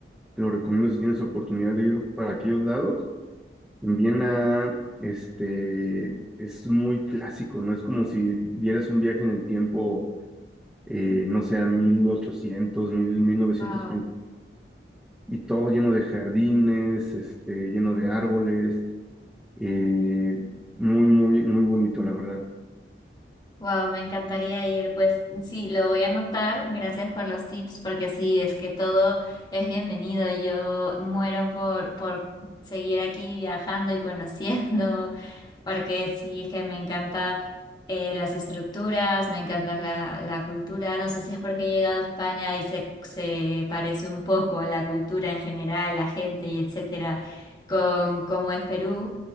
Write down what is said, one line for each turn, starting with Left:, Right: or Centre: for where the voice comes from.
Centre: Te lo recomiendo si tienes oportunidad de ir para aquellos lados. En Viena, este, es muy clásico, ¿no? Es como si dieras un viaje en el tiempo, eh, no sé, a 1800, 1000, 1900,
Left: Wow.
Centre: y todo lleno de jardines, este, lleno de árboles, eh, muy, muy, muy bonito, la verdad.
Left: Wow, me encantaría ir. Pues sí, lo voy a anotar. Gracias por los tips, porque sí, es que todo es bienvenido. Yo muero por, por seguir aquí viajando y conociendo, <laughs> porque sí, es que me encanta eh, las estructuras, me encanta la, la cultura. No sé si es porque he llegado a España y se, se parece un poco la cultura en general, la gente y etcétera, con cómo es Perú.